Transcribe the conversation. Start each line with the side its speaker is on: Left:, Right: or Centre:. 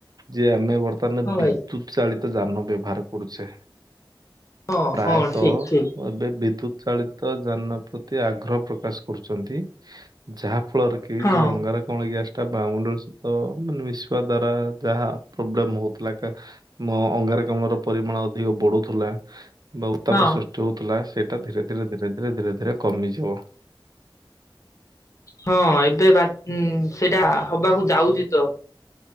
Right: ଯେ ଆମେ ବର୍ତ୍ତମାନ
Left: ହଁ
Right: ବିଦ୍ୟୁତ୍
Left: ଭାଇ
Right: ଚାଳିତ ଯାନ ବ୍ୟବହାର କରୁଛେ।
Left: ହଁ
Right: ପ୍ରାୟତଃ
Left: ହଁ ଠିକ ଠିକ
Right: ଏବେ ବିଦ୍ୟୁତ୍ ଚାଳିତ ଯାନ ପ୍ରତି ଆଗ୍ରହ ପ୍ରକାଶ କରୁଛନ୍ତି ଯାହାଫଳରେ କି ଏଇ
Left: ହଁ
Right: ଯୋ ଅଙ୍ଗାରକାମ୍ଲ ଗ୍ୟାସ୍ ବାୟମଣ୍ଡଳ ସହିତ ମିଶିବା ଦ୍ଵାରା ଯାହା ପ୍ରୋବ୍ଲେମ୍ ହଉଥିଲାକା। ମୋ ଅଙ୍ଗାରକାମ୍ଲର ପରିମାଣ ଅଧିକ ବଢ଼ୁଥିଲା। ବା ଉତ୍ତାପ
Left: ହଁ
Right: ସୃଷ୍ଟି ହଉଥିଲା ସେଇଟା ଧୀରେ ଧୀରେ ଧୀରେ ଧୀରେ ଧୀରେ ଧୀରେ କମିଯିବ।
Left: ହଁ ଏବେ ବା ସେଇଟା ହବାକୁ ଯାଉଛି ତ।